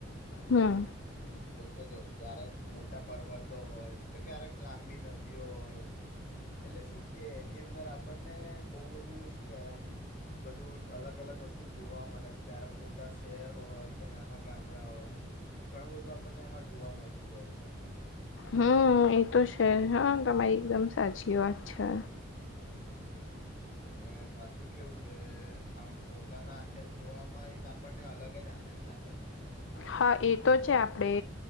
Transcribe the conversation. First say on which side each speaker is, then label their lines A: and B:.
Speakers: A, on the left (about 70°); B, on the left (about 45°).
A: હમ
B: હમ કેમ કે જો ક્યારેક મોટા પર્વતો હોય તો ક્યારેક લાંબી ન દ્યોય એટલે શું કે એની અંદર આપણને બહ બધું શું કેવાય આમ બધું અલગ અલગ વસ્તુ જોવા મળે છે ક્યારે મોટા શહેર હોય કે નાના ગામડા હોય ઘણું બધું આપણને એમાં જોવા મળતું હોય છે
A: હમ એ તો છે હા તમારી એકદમ સાચી વાત છે
B: અને પાછું કેવું કે આમ પોતાના આંખે જોવામાં એક આપણને અલગ જ આનંદ આવે
A: હા
B: કે
A: એ તો છે આપડે